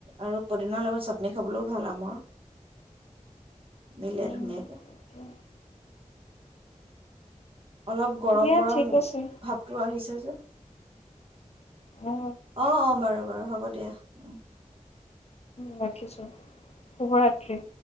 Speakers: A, on the right (about 45°); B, on the left (about 55°).
A: আৰু পদিনাৰ লগত চাটনি খাবলৈও ভাল আমৰ মিলে
B: উম।
A: ধুনীয়াকে
B: তাকে
A: অলপ গৰম-গৰম
B: দিয়া ঠিক আছে
A: ভাৱটো আহিছে যে
B: অ
A: অ' অ' বাৰু-বাৰু হ'ব দিয়া উহ।
B: ৰাখিছোঁ শুভৰাত্ৰি।